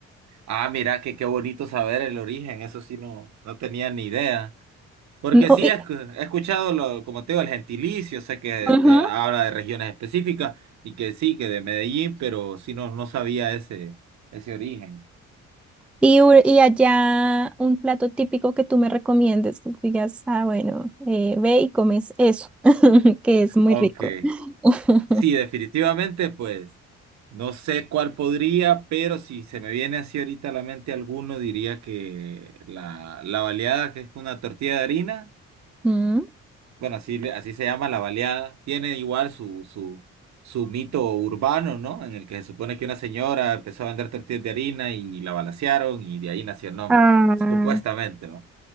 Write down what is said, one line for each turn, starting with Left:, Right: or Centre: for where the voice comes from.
Right: Ah, mira, que qué bonito saber el origen, eso sí no, no tenía ni idea. Porque
Centre: No,
Right: sí,
Centre: y-
Right: he, escu- he escuchado, lo, como te digo, el gentilicio, sé que
Centre: ujú.
Right: de- habla de regiones específicas y que sí, que de Medellín, pero sí no, no sabía ese, ese origen.
Centre: Y, u- y allá un plato típico que tú me recomiendes, que digas, ah, bueno, eh, ve y comes eso, <laughs> que es muy
Right: Ok,
Centre: rico. <laughs>
Right: sí, definitivamente, pues no sé cuál podría, pero si se me viene así ahorita a la mente alguno, diría que la, la baleada, que es una tortilla de harina
Centre: Mm.
Right: Bueno, así, le- así se llama la baleada. Tiene igual su, su, su mito urbano, ¿no? En el que se supone que una señora empezó a vender tortillas de harina y la balacearon y de ahí nació el nombre,
Centre: Ah,
Right: supuestamente, ¿no?